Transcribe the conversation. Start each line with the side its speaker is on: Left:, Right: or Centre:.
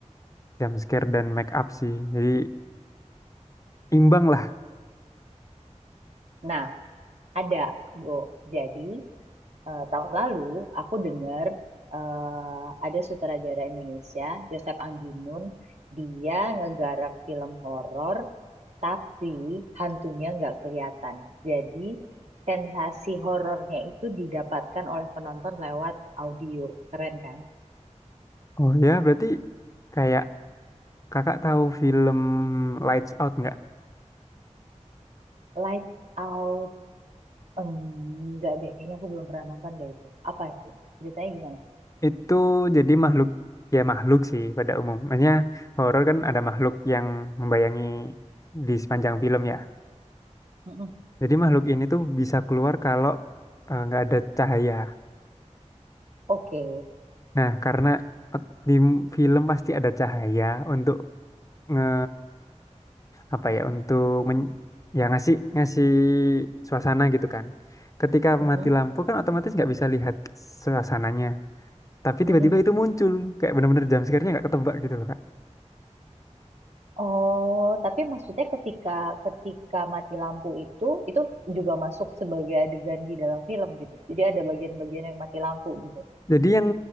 Left: jump scare dan make up sih jadi imbang lah
Right: nah ada Go jadi eh, tahun lalu aku dengar eh, ada sutradara Indonesia Joseph Anggimun dia ngegarap film horor tapi hantunya nggak kelihatan jadi sensasi horornya itu didapatkan oleh penonton lewat audio keren kan
Left: oh ya berarti kayak kakak tahu film Lights Out nggak
Right: Lights Out Enggak deh, kayaknya aku belum pernah nonton deh itu. Apa itu? Ceritanya gimana?
Left: itu jadi makhluk ya makhluk sih pada umumnya horor kan ada makhluk yang membayangi di sepanjang film ya
Right: Mm-mm.
Left: jadi makhluk ini tuh bisa keluar kalau eh, nggak ada cahaya
Right: Oke.
Left: nah karena ot- di m- film pasti ada cahaya untuk nge- apa ya untuk men, ya ngasih ngasih suasana gitu kan. Ketika
Right: Mm-mm.
Left: mati lampu kan otomatis nggak bisa lihat suasananya. Tapi
Right: Mm-mm.
Left: tiba-tiba itu muncul kayak bener-bener jam sekarnya nggak ketebak gitu loh Kak.
Right: Oh, tapi maksudnya ketika ketika mati lampu itu itu juga masuk sebagai adegan di dalam film gitu. Jadi ada bagian-bagian yang mati lampu gitu.
Left: Jadi yang